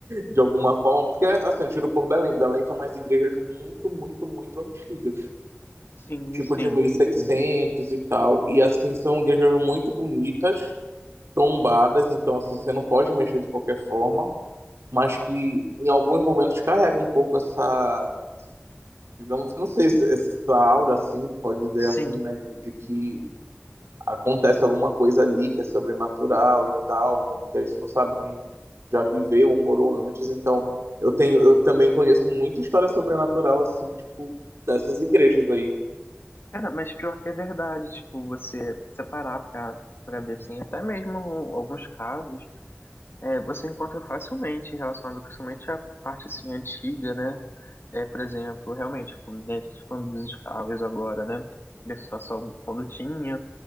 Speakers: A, on the right; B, on the left.
A: de alguma forma. Porque, assim, eu tiro por Belém. Belém tem umas igrejas muito, muito, muito antigas.
B: sim,
A: Tipo
B: sim,
A: de mil e seiscentos e tal. E, assim, são igrejas muito bonitas tombadas, então assim, você não pode mexer de qualquer forma, mas que em alguns momentos carrega um pouco essa, digamos, não sei, se- essa aura assim, pode dizer
B: sim.
A: assim, né, de, de que acontece alguma coisa ali que é sobrenatural e tal, que a gente não sabe quem já viveu ou morou antes, então eu tenho, eu também conheço muita história sobrenatural assim, tipo, dessas igrejas aí.
B: Cara, mas pior que é verdade, tipo, você separar pra, pra ver, assim, até mesmo alguns casos, é, você encontra facilmente relacionado principalmente à parte, assim, antiga, né? É, por exemplo, realmente, como né, falando dos escravos agora, né? Da situação quando tinha.